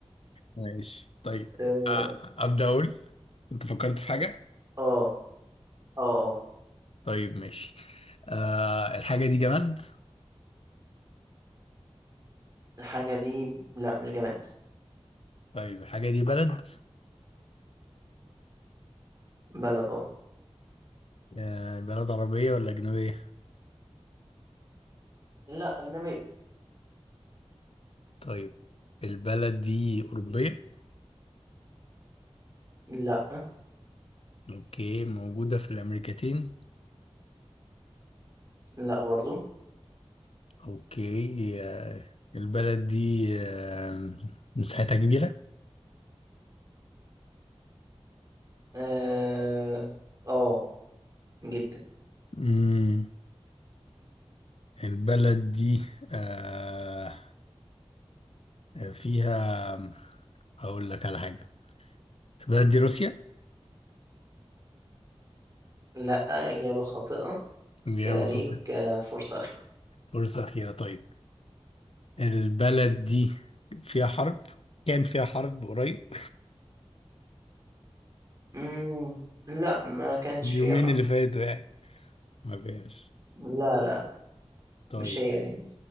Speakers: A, on the left; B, on the right.
A: ماشي طيب
B: <laughs>
A: أ- أبدأ أقول أنت فكرت في حاجة؟
B: اه اه اه آه.
A: طيب ماشي أه الحاجة دي جماد؟
B: الحاجه دي لا مش جماد
A: طيب الحاجة دي بلد؟
B: بلد اه
A: أه بلد عربية ولا أجنبية؟
B: لا أجنبية
A: طيب البلد دي أوروبية؟
B: لا
A: أوكي موجودة في الأمريكتين؟
B: لا برضو
A: أوكي أه البلد دي أه مساحتها كبيرة؟
B: اه آه، جدا
A: مم. البلد دي آه آه، فيها أقول لك على حاجة البلد دي روسيا
B: لا اجابه خاطئه
A: إجابة
B: كليك
A: خاطئة
B: آه، فرصه اخيره
A: فرصة أخيرة طيب البلد دي فيها حرب كان فيها حرب قريب
B: مم. لا ما
A: <laughs>
B: كانش
A: اليومين
B: فيها حرب
A: اللي فاتوا يعني ما فيهاش
B: لا لا لا
A: طيب
B: مش هي الهند